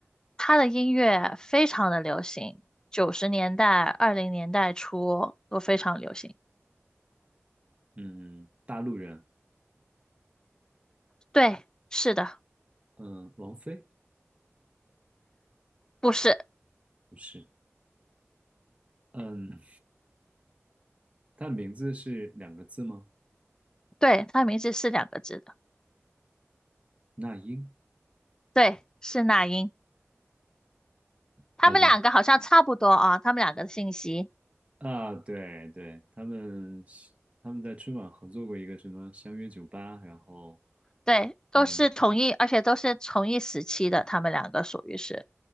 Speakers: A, on the left; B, on the right.
A: 他的音乐非常的流行，九十年代、二零年代初都非常流行。
B: 嗯，大陆人，
A: 对，是的，
B: 嗯，王菲
A: 不是，
B: 不是，嗯，他的名字是两个字吗？
A: 对，他名字是两个字的，
B: 那英，
A: 对，是那英。他们两个好像差不多啊，
B: 好吧，
A: 他们两个的信息，
B: 啊，对对，他们是他们在春晚合作过一个什么相约九八，然后
A: 对，都是同一，
B: 嗯，
A: 而且都是同一时期的，他们两个属于是，